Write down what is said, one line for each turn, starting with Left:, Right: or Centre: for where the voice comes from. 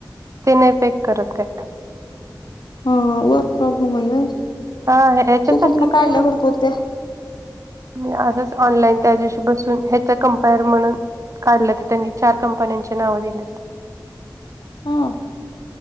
Right: ते नाही फेक करत काय.
Left: हा वर्क फ्रॉम होम हाय होय.
Right: हा ह्याच्यासारखं
Left: तू कुठूनं
Right: सेमच
Left: काढल्या हुडकून त्या?
Right: मी असंच ऑनलाईन त्या दिवशी बसून ह्याचं कमपेयर म्हणून काढलं त्यांनी चार कंपन्यांचे नावं दिलेत.
Left: हा.